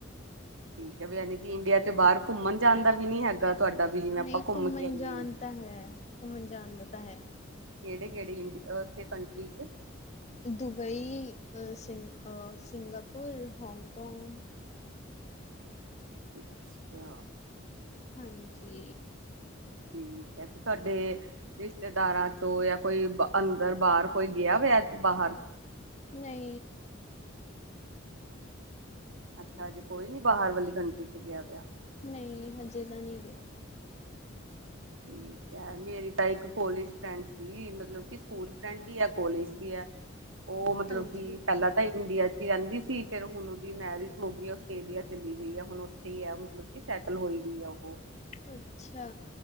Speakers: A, on the right (about 85°); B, on the left (about 35°).
A: ਠੀਕ ਹੈ ਵੀ ਯਾਨੀ ਕਿ ਇੰਡੀਆ ਤੋਂ ਬਾਹਰ ਘੁੰਮਣ ਜਾਣ ਦਾ ਵੀ ਨੀ ਹੈਗਾ। ਤੁਹਾਡਾ ਵੀ ਜਿਵੇਂ
B: ਨਹੀਂ
A: ਆਪਾਂ ਘੁੰਮ
B: ਘੁੰਮਣ
A: ਕੇ ਆਈਏ।
B: ਜਾਣ ਤਾਂ ਹੈ ਘੁੰਮਣ ਜਾਣ ਦਾ ਤਾਂ ਹੈ।
A: ਕਿਹੜੇ ਕਿਹੜੇ ਇੰਡੀ ਅ ਥੇ ਕੰਟਰੀ ਚ?
B: ਦੁਬਈ, ਅ ਸਿੰਘ ਅ, ਸਿੰਗਾਪੁਰ, ਹੋਂਗਕੋਂਗ।
A: ਅੱਛਾ।
B: ਹਾਂਜੀ।
A: ਠੀਕ ਐ ਤੇ ਤੁਹਾਡੇ ਰਿਸ਼ਤੇਦਾਰਾਂ ਚੋਂ ਯਾ ਕੋਈ ਅੰਦਰ ਬਾਹਰ ਕੋਈ ਗਿਆ ਹੋਇਆ? ਬਾਹਰ।
B: ਨਈ।
A: ਅੱਛਾ, ਅਜੇ ਕੋਈ ਨੀ ਬਾਹਰ ਵਾਲੀ ਕੰਟਰੀ ਚ ਗਿਆ ਹੋਇਆ।
B: ਨਈ, ਹਜੇ ਤਾਂ ਨਈ ਗਿਆ।
A: ਹੂੰ। <inaudible> ਮੇਰੀ ਤਾਂ ਇੱਕ ਕੋਲੇਜ ਫਰੈਂਡ ਸੀ ਮਤਲਬ ਕਿ ਸਕੂਲ ਫਰੈਂਡ ਵੀ ਐ ਕੋਲੇਜ ਵੀ ਐ। ਉਹ ਮਤਲਬ
B: ਹਾਂਜੀ,
A: ਕਿ ਪਹਿਲਾਂ ਤਾਂ ਇੰਡੀਆ ਚ ਰਹਿੰਦੀ ਸੀ, ਫੇਰ ਹੁਣ ਉਹਦੀ ਮੈਰਿਜ ਹੋ ਗਈ, ਆਸਟ੍ਰੇਲੀਆ ਚਲੀ ਗਈ ਹੈ, ਹੁਣ ਉੱਥੇ ਈ ਹੈ ਮਤਲਬ ਕਿ ਸੈਟਲ ਹੋਈ। ਜਿਹੜੀ ਆ ਉਹ।
B: ਅੱਛਾ।